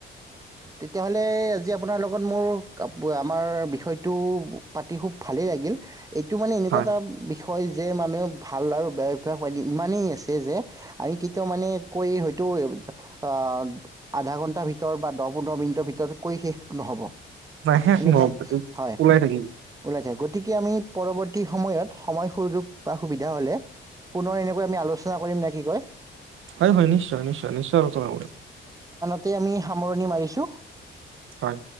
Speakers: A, on the right; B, on the right.
A: তেতিয়া হ'লে আজি - আপোনাৰ লগত মোৰ আমাৰ বিষয়টো পাতি খুব ভালো লাগে। এইটো মানে এনেকুৱা
B: হয়
A: এটা বিষয় হয় যে মানুহে ভাল আৰু বেয়া অভ্যাস হয় ইমানেই আছে যে আমি কেতিয়াও মানে কৈ হয়তো আ আধা ঘণ্টাৰ ভিতৰত বা দহ পোন্ধৰ মিনিটৰ ভিতৰত কৈ শেষ নহ'ব।
B: নাই শেষ
A: এনেকুৱা
B: নহ'ব,
A: হয়
B: ওলাই থাকিব।
A: ওলাই থাকিব । গতিকে আমি পৰৱৰ্তী সময়ত সময় সুযোগ বা সুবিধা হ'লে পুনৰ এনেকৈ আমি আলোচনা কৰিম নে কি কয়?
B: হয়-হয় নিশ্চয়-নিশ্চয়-নিশ্চয় -
A: তাকেই আমি সামৰণি মাৰিছোঁ।
B: হয়।